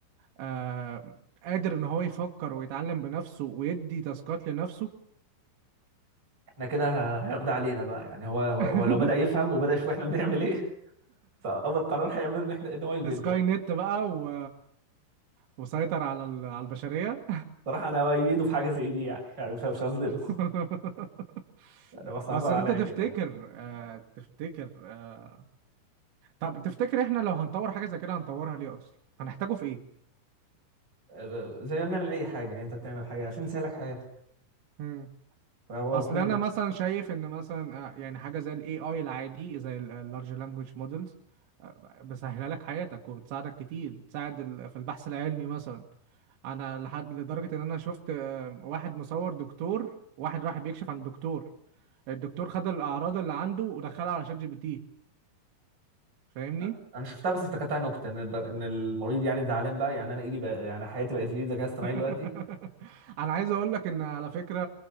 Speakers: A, on the right (about 70°); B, on the right (about 20°).
A: آه قادر ان هو يفكر ويتعلم بنفسه ويدي تاسكات لنفسه
B: احنا كده ه- هيقضي علينا بقى يعني هو هو
A: <laughs>
B: هو لو بدأ يفهم وبدأ يشوف احنا بنعمل ايه <laughs> فأول قرار هيعمله ان احنا ان هو يبيدنا
A: سكاي نت بقى و... وسيطر على ال- على البشريه
B: صراحة انا أؤيده في حاجة زي دي يعني <laughs> يعني مش مش هظلمه
A: <laughs>
B: <laughs> يعني بس عمال
A: بس
B: عليا
A: انت تفتكر
B: كده يعني.
A: آه تفتكر آه طب تفتكر احنا لو هنطور حاجه زي كده هنطورها ليه اصلا هنحتاجه في
B: أه، زي ما بنعمل اي حاجة يعني انت بتعمل حاجة عشان تسهلك حياتك
A: ايه
B: فهو
A: اصل
B: كل
A: انا
B: ما
A: مثلا شايف ان مثلا آه، يعني حاجه زي الاي اي العادي زي اللارج لانجوج مودلز بسهله لك حياتك وبتساعدك كتير بتساعد ال- في البحث العلمي مثلا انا لحد لدرجه ان انا شفت آه، واحد مصور دكتور واحد راح بيكشف عن دكتور الدكتور خد الاعراض اللي عنده ودخلها على شات جي بي تي فاهمني
B: <laughs> انا شفتها بس افتكرتها نكتة ان الد- ان المريض يعني زعلان بقى يعني انا ايدي بقى يعني حياتي بقت في ايد الذكاء الاصطناعي
A: <laughs>
B: دلوقتي
A: انا عايز اقول لك ان على فكره